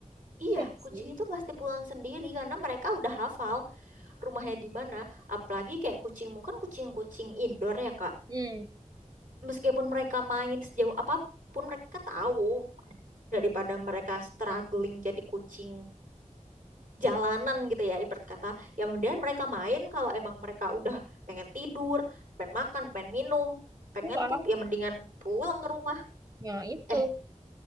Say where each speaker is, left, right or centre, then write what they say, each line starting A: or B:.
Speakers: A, on the right; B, on the right.
A: iya
B: Iya nggak
A: kucing
B: sih.
A: itu pasti pulang sendiri karena mereka udah hafal rumahnya di mana. Apalagi kayak kucingmu kan kucing-kucing indoor ya Kak.
B: Hmm.
A: Meskipun mereka main sejauh apapun mereka tahu daripada mereka struggling jadi kucing jalanan
B: Kalau
A: gitu ya ibarat kata. Ya kemudian mereka main kalau emang mereka udah pengen tidur, pengen makan, pengen minum, pengen
B: Pulang.
A: pup ya mendingan pulang ke rumah.
B: Ya itu.
A: Eh